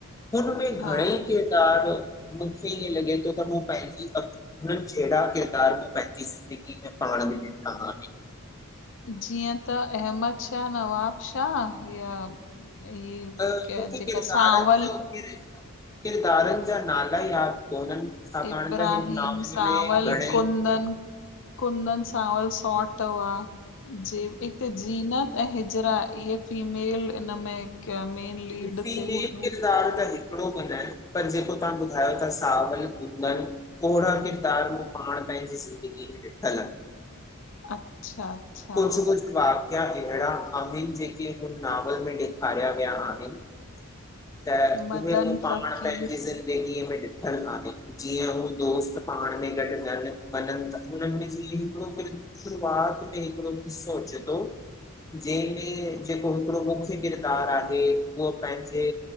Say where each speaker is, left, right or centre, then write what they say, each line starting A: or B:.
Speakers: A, on the left (about 15°); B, on the left (about 60°).
A: हुनमें
B: हा
A: घणेई के ॾाढ़ो मूंखे ईअं लॻे तो त मुं पहिंजी क हुननि जहिड़ा किरदार मूं पंहिंजी ज़िंदगी में पाण बि ॾिठा आहिनि।
B: जीअं त अहमद शाह नवाब शाह हिय इहे
A: त
B: क्या
A: मूंखे
B: जेका
A: किरदारनि
B: सांवल
A: जो किरदारनि जा नाला यादि कोन्हनि, छाकाणि
B: इब्राहिम,
A: त हिन नॉवल
B: सांवल,
A: में घणेई
B: कुंदन कुंदन सांवल सॉट हुआ। जे हिक जीनत ऐं हिजरा इहे फीमेल, इनमें कं मेन लीड
A: फीमेल
B: ते हुयूं।
A: त हिकिड़ो बि न आहे पर जेको तव्हां ॿुधायो था सावल घुङनि <unintelligible> ओहिड़ा किरदार हू पाण पंहिंजी ज़िंदगी में ॾिठल
B: अच्छा, अच्छा
A: कुछ कुछ वाकिया अहिड़ा आहिनि, जेके हुन नॉावल में ॾेखारिया विया आहिनि। त
B: मदन
A: उहे बि पाण
B: फ़क़ीर
A: पंहिंजी ज़िंद गीअ में ॾिठलु काननि जीअं हू दोस्त पाण में गॾु नल वञनि ता हुननि में जिअं हिकड़ो किर शुरआत में हिकड़ो किस्सो अचे तो, जंहिंमें जेको हिकिड़ो मुख्य किरदारु आहे उह पंहिंजे